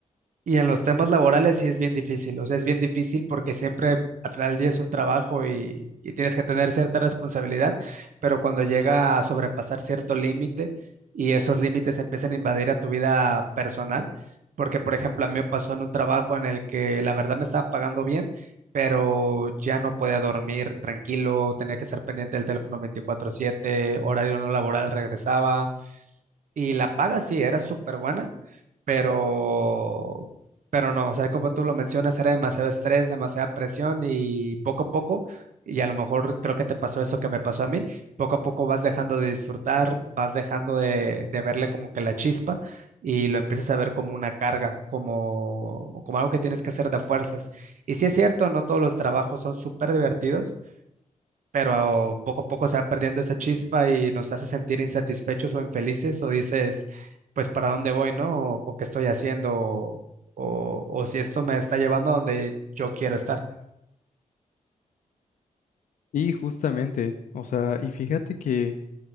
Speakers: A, on the right; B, on the left.
A: Y en los temas laborales sí es bien difícil, o sea, es bien difícil porque siempre al final del día es un trabajo y, y tienes que tener cierta responsabilidad, pero cuando llega a sobrepasar cierto límite y esos límites empiezan a invadir a tu vida personal, porque por ejemplo a mí me pasó en un trabajo en el que la verdad me estaban pagando bien, pero ya no podía dormir tranquilo, tenía que estar pendiente del teléfono 24/7, horario no laboral regresaba y la paga sí era súper buena pero, pero no, o sea, como tú lo mencionas, era demasiado estrés, demasiada presión y poco a poco, y a lo mejor creo que te pasó eso que me pasó a mí, poco a poco vas dejando de disfrutar, vas dejando de, de verle como que la chispa y lo empiezas a ver como una carga, como, como algo que tienes que hacer de fuerzas. Y sí es cierto, no todos los trabajos son súper divertidos pero poco a poco se va perdiendo esa chispa y nos hace sentir insatisfechos o infelices, o dices, pues, ¿para dónde voy, no? O, o qué estoy haciendo, o, o o si esto me está llevando a donde yo quiero estar.
B: Y justamente, o sea, y fíjate que